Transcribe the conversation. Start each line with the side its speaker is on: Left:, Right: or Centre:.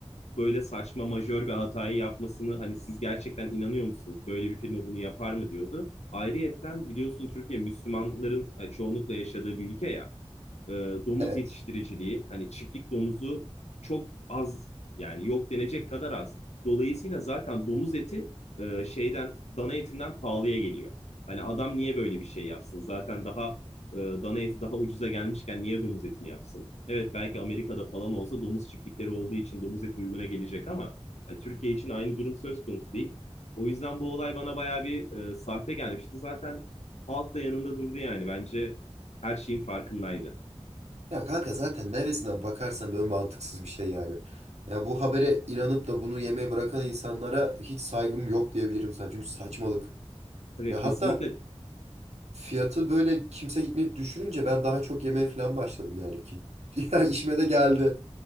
Left: böyle saçma majör bir hatayı yapmasını hani siz gerçekten inanıyor musunuz? Böyle bir firma bunu yapar mı diyordu. Ayrıyetten biliyorsun Türkiye Müslümanların e, çoğunlukla yaşadığı bir ülke ya e, domuz
Right: Evet.
Left: yetiştiriciliği hani çiftlik domuzu çok az yani yok denecek kadar az. Dolayısıyla zaten domuz eti e, şeyden dana etinden pahalıya geliyor. Hani adam niye böyle bir şey yapsın? Zaten daha e, dana eti daha ucuza gelmişken niye domuz etini yapsın? Evet belki Amerika'da falan olsa domuz çiftlikleri olduğu için domuz eti uyguna gelecek ama hani Türkiye için aynı durum söz konusu değil. O yüzden bu olay bana bayağı bir e, sahte gelmişti. Zaten halk da yanında durdu yani. Bence her şeyin farkındaydı.
Right: Ya kanka zaten neresinden bakarsan böyle mantıksız bir şey yani. Ya bu habere inanıp da bunu yemeye bırakan insanlara hiç saygım yok diyebilirim sana. Çünkü saçmalık.
Left: Ya
Right: Ya
Left: kesinlikle
Right: hatta fiyatı böyle kimse gitmeyip düşününce ben daha çok yemeye falan başladım yani ki. <laughs> Ya işime de geldi.